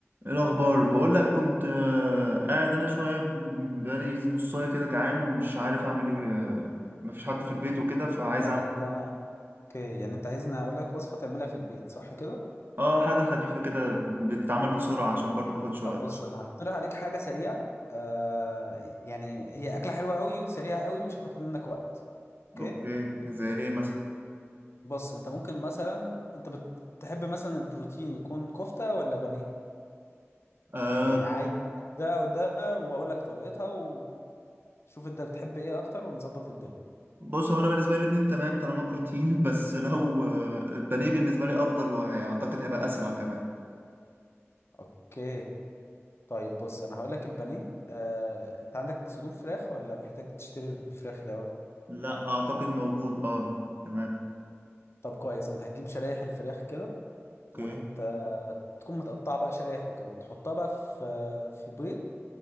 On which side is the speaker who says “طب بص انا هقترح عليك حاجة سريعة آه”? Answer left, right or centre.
Left